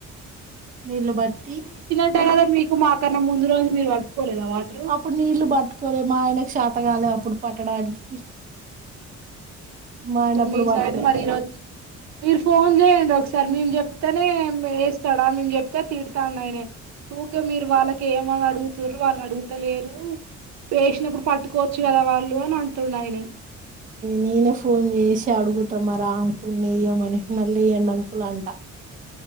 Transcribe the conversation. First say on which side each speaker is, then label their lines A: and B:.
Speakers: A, on the right; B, on the right.
A: నీలుబట్టి
B: ంట కదా మీకు మాకన్నముందు రోజు మీరు పట్టుకోలేదా వాటర్
A: అప్పుడు నీళ్ళ బట్టుకోద మాయనా ఎత్తగాలి అప్పుడు పట్టడానికి మా
B: ఇప్పుడు
A: ఆయన అప్పుడు
B: మీ
A: పట్టలే
B: సైడ్ మర ఈ రచ్చ మీరు ఫోన్ చేయండి ఒకసారి సార్ మేము చెప్తేనే వేస్తాడా మేము చెప్తే తిడతాండి ఆయన ఓకే మీరు వాళ్ళకి ఏమని అడుగుతుారు వాళ్ళు అడుగుతలేరు పేసినప్పుడు పట్టుకోవచ్చు కదా వాళ్ళు లేనంటుండు అయన
A: నేనే ఫోన్ చేసి అడుగుతా మరి ఆ అంకుల్ని ల వెయ్యమని మళ్లీ వెయ్యండి అంకుల్ అంట,